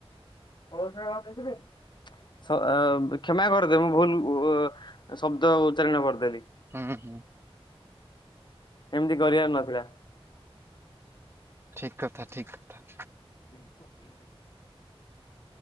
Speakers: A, on the left (about 50°); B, on the right (about 25°).
A: ହଉ ଶଣଖିବେ <inaudible> କ୍ଷମା କରିଦେବ ମୁଁ ଭୁଲ ଶବ୍ଦ ଉଚ୍ଚାରିଣ କରିଦେଲି।
B: ହୁଁ ହୁଁ।
A: ଏମିତି କରିବାର ନଥିଲା।
B: ଠିକ୍ କଥା ଠିକ୍ କଥା।
A: ହ <inaudible>